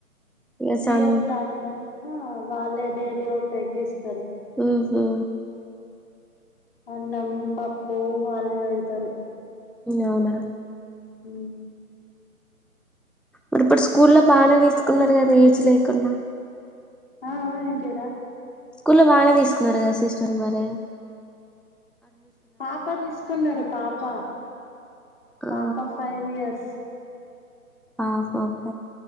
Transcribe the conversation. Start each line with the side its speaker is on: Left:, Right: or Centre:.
Centre: ఇగ
Left: త్రీ
Centre: సమ్
Left: ఇయర్స్ దాటినాక వాళ్ళే డైలీ ఓేగ్ ఇస్త
Centre: ఆహ
Left: అన్నం పప్పు వాాల హతారు
Centre: అవునా
Left: హ
Centre: మరి ఇప్పుడు స్కూల్లో బాగానే తీసుకున్నారు కదా ఏజ్ లేకుండా
Left: ఆ ఏంటిదా
Centre: స్కూల్లో బానే తీసుకున్నారు కదా సిస్టర్ మర
Left: పాపని తీసుకున్నారు పాప
Centre: ఆ
Left: పాప ఫైవ్ ఇయర్స్
Centre: ఆపుా భ